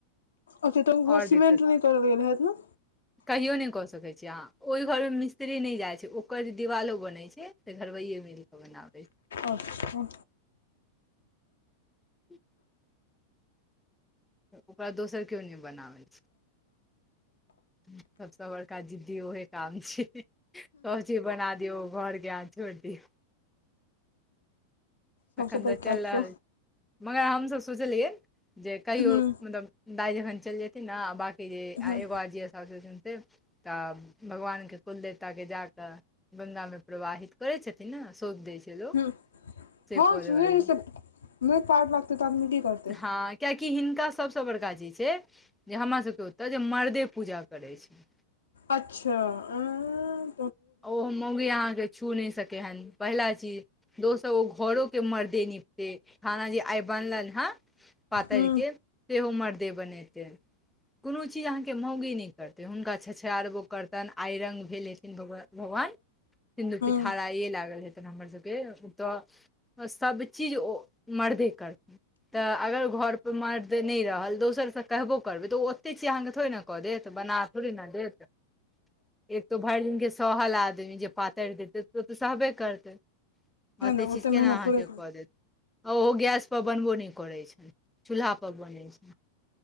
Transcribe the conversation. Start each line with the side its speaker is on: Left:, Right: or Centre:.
Left: अच्छा त उहो
Centre: आओर
Left: समेंन्ट
Centre: दिक्कत
Left: नहि करल गेलै हैत ने
Centre: कहियो ने क सके छीे अहा ओई घर में मिस्त्री न जाय छै ओकर जे दिवालो बनय से घरबैये मिल के बनाबै छै
Left: अच्छा
Centre: <inaudible> ओकरा दोसर केओ नहि बनाबै छै सबस बड़का जिद्दी उहे काम छिय सब चीज बना दियौ घरके अहाँ छोड़ दियौ
Left: सबसँ
Centre: एखन
Left: पैघ
Centre: तऽ
Left: काज
Centre: चलि रहल
Left: छै
Centre: मगर हमसब सोचलियै जे कहियो
Left: हूँ
Centre: मतलब दाइ जखन चइल जे नहि बाकी जे
Left: हूँ
Centre: एगो अजिया सास छथिन से तऽ भगवानके कुल देवताके जााकऽ ग्ंगामे प्रवाहित करैत छथिन ने सौंप दैत छै लोक
Left: हूँ
Centre: से
Left: हँ
Centre: करे
Left: सुने
Centre: वाली
Left: छै नहि पार लागतै त आदमी की करतै
Centre: हाय कियाकि हिनका सभसँ बड़का चीज छै जे हमरा सबके ओतय जे मर्दे पूजा करै छै
Left: अच्छा आंय
Centre: ओहो मौँगी अहाँकेँ छू नहि सकै हन पहिला चीज दोसर ओ घरो के मर्दे निपते खाना जे आइ बनलनि हन पातरि
Left: हुँ
Centre: के सेहो मर्दे बनेते कोनो चीज अहाँके मौगी नहि करतै हुनका छछारबो करतन आइ रङंगग भेल एथिन भगवान भगवान सिन्दुर
Left: हुँ
Centre: पिठार आइये लागल हेतन हमर सबके ओतऽ सब चीज ओ मरदे करथिन तऽ अगर घर पर मर्द नहि रहल दोसरसँ कहबो करबै तऽ ओते छी अहाँके थोड़े ने कऽ देत बना थोड़े न देत एक त भरि दिनके - सहल आदमी जे पातरि देतै तऽ ओ तऽ सहबे करतै ओते
Left: नहि
Centre: चीज केना
Left: मेहनत
Centre: अहाँके
Left: थोड़े
Centre: कऽ देत आ ओहो गैसपर बनबो नहि करैत छनि चूल्हापर बनै छनि